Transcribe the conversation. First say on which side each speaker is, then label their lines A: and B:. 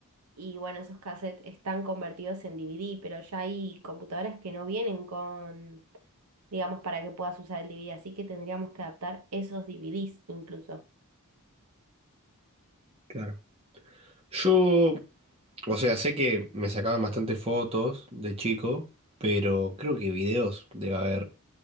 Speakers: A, on the right; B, on the right.
A: Y bueno, esos cassettes están convertidos en DVD, pero ya hay computadoras que no vienen con, digamos, para que puedas usar el DVD, así que tendríamos que adaptar esos DVDs incluso.
B: Claro. Yo, o sea, sé que me sacaban bastantes fotos de chico, pero creo que videos debe haber.